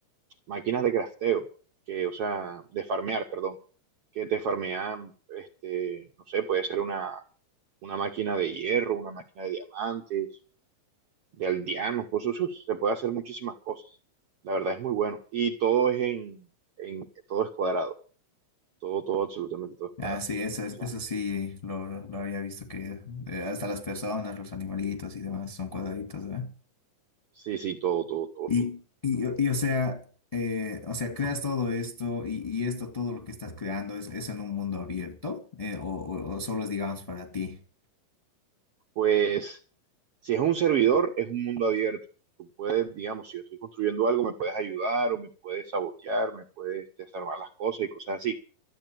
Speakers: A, on the right (about 60°); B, on the left (about 15°).
A: máquinas de crafteo, que, o sea, de farmear, perdón, que te farmean, este, no sé, puede ser una, una máquina de hierro, una máquina de diamantes de aldeanos, cosas, uf, se puede hacer muchísimas cosas. La verdad es muy bueno. Y todo es en, en, todo es cuadrado. Todo, todo, absolutamente todo es cuadrado.
B: Ah, sí, eso, es-
A: O sea,
B: eso sí, lo, lo había visto que eh, hasta las personas, los animalitos y demás son cuadraditos, ¿verdad?
A: sí, sí, todo, todo, todo,
B: Y,
A: todo.
B: y, y, o sea, eh, o sea, creas todo esto y, y esto, todo lo que estás creando, ¿es, es en un mundo abierto? Eh, o, o- o solo es, digamos, para ti?
A: Pues, si es un servidor, es un mundo abierto. Tú puedes, digamos, si yo estoy construyendo algo, me puedes ayudar o me puedes sabotear, me puedes desarmar las cosas y cosas así.